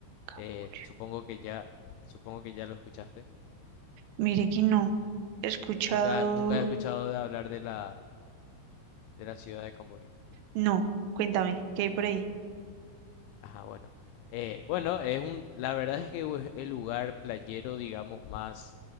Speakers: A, on the right; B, on the left.
A: Camboya.
B: eh, supongo que ya, supongo que ya lo escuchaste.
A: Mire que no, he escuchado,
B: Nunca, nunca he escuchado de hablar de la, de la ciudad de Camboriú.
A: no, cuéntame, ¿qué hay por ahí?
B: Ajá, bueno. Eh, bueno, es un, la verdad es que es el lugar playero, digamos, más